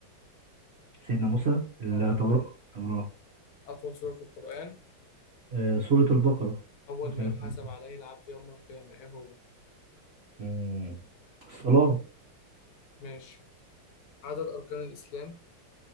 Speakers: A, on the right; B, on the left.
A: سيدنا موسى التوراة
B: اه
A: التوراة
B: أطول سورة في القرآن
A: آه، سورة البقرة
B: أول
A: 208
B: ما يحاسب عليه العبد يوم القيامة إيه هو
A: مم. الصلاة
B: ماشي عدد أركان الإسلام